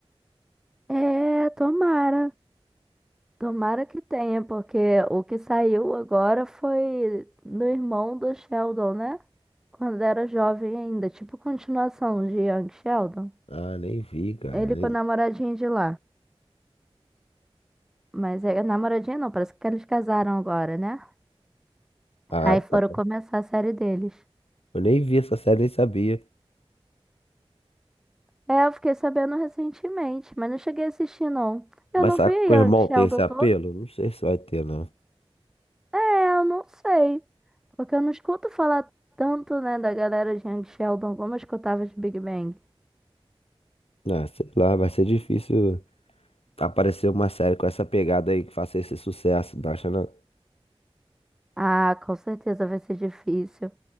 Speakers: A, in the centre; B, on the left (about 70°).
A: É, tomara. Tomara que tenha, porque o que saiu agora foi do irmão do Sheldon, né? Quando era jovem ainda, tipo continuação de Young Sheldon.
B: Ah, nem vi, cara.
A: Ele
B: Nem-
A: com a namoradinha de lá. Mas é namoradinha não, parece que eles casaram agora, né?
B: Ah,
A: Aí foram
B: tá.
A: começar a série deles.
B: Eu nem vi essa série, nem sabia.
A: É, eu fiquei sabendo recentemente, mas não cheguei a assistir, não. Eu
B: Mas
A: não
B: será
A: vi
B: que
A: Young
B: o irmão
A: Sheldon
B: tem esse apelo?
A: todo.
B: Não sei se vai ter, não.
A: É, eu não sei. Porque eu não escuto falar tanto, né, da galera de Young Sheldon como eu escutava de Big Bang.
B: Ah, sei lá, vai ser difícil aparecer uma série com essa pegada aí que faça esse sucesso, não acha não?
A: Ah, com certeza vai ser difícil.